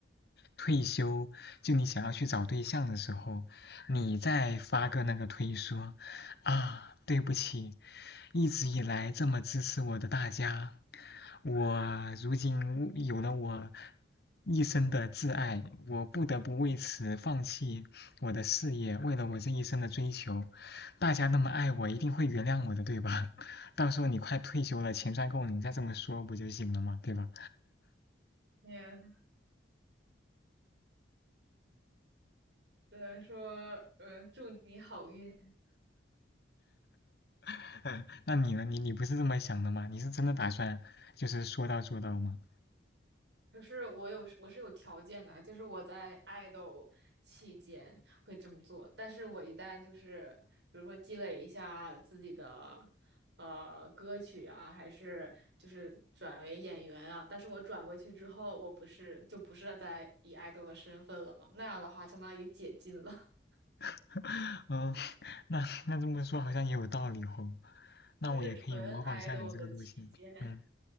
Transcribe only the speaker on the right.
也只能说，呃，祝你好运。
可是我有我是有条件的，就是我在爱豆期间会这么做，但是我一旦就是比如说积累一下自己的呃歌曲啊，还是就是转为演员啊，但是我转过去之后，我不是就不是在以爱豆的身份了嘛，那样的话相当于解禁了，
<laughs>
就是纯爱豆的期间。